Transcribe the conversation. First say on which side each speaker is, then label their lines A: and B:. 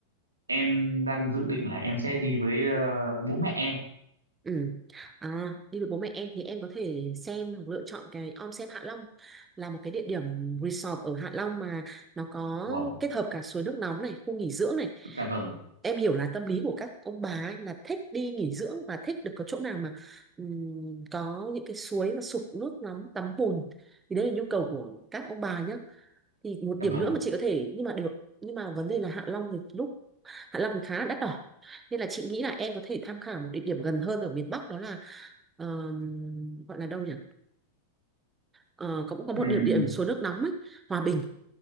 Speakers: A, on the right; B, on the right.
A: em đang dự định là em sẽ đi với ờ, bố mẹ em.
B: Ừ. À, đi với bố mẹ em thì em có thể xem hoặc lựa chọn cái Om Sen Hạ Long là một cái địa điểm resort ở Hạ Long mà nó có
A: Wow,
B: kết hợp cả suối nước nóng này, khu nghỉ dưỡng này.
A: dạ vâng,
B: Em hiểu là tâm lý của các ông bà ấy là thích đi nghỉ dưỡng và thích được có chỗ nào mà ừm, có những cái suối mà sụp nước nóng tắm bùn thì đấy là nhu cầu của các ông bà nhá thì một
A: dạ
B: điểm
A: vâng.
B: nữa mà chị có thể nhưng mà được nhưng mà vấn đề là Hạ Long thì lúc Hạ Long thì khá là đắt đỏ nên là chị nghĩ là em có thể tham khảo một địa điểm gần hơn ở miền Bắc đó là ờm, gọi là đâu nhỉ Ờ, có cũng có một
A: Ừm,
B: địa điểm suối nước nóng ấy Hòa Bình